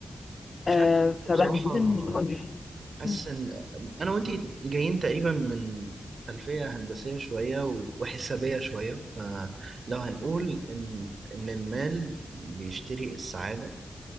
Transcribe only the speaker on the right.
مش
عارف
بصراحة
يعني حاسس
إن أنا وأنتي جايين تقريبا من خلفية هندسية شوية و- وحسابية شوية فلو هنقول إن إن المال بيشتري السعادة